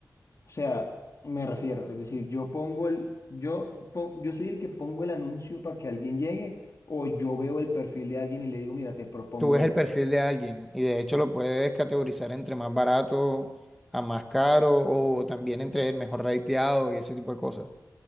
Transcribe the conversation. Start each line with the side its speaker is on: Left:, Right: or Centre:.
Left: O sea, me refiero, es decir, yo pongo el, yo, pon- yo soy el que pongo el anuncio para que alguien llegue, o yo veo el perfil de alguien y le digo, mira, te propongo
Centre: tú ves
Left: esto.
Centre: el perfil de alguien y de hecho lo puedes categorizar entre más barato a más caro o también entre el mejor rateado y ese tipo de cosas.